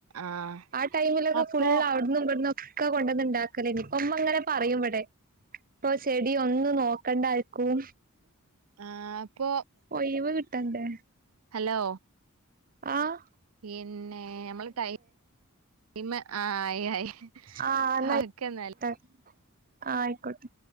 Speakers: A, on the right; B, on the right.
A: ആഹ്.
B: ആ ടൈമിലൊക്കെ
A: അപ്പൊ
B: ഫുള്ള് അവിട്ന്നും ഇവട്ന്നൊക്കെ കൊണ്ടന്ന് ഇണ്ടാക്കലേനി. ഇപ്പൊ ഇങ്ങനെ പറയും ഇവടെ. ഇപ്പൊ ചെടി ഒന്നും നോക്കണ്ട ആര്ക്കും.
A: ആഹ് ഇപ്പൊ.
B: ഒയിവ് കിട്ടണ്ടേ
A: ഹലോ
B: ആഹ്.
A: പിന്നെ നമ്മള് ടൈം. ഇമ്മ ആഹ് ആയ് ആയ്
B: ആ എന്നാ
A: ഓക്കെ ഇന്നാല്.
B: ആയിക്കോട്ടെ ആ ആയ്ക്കോട്ടെ.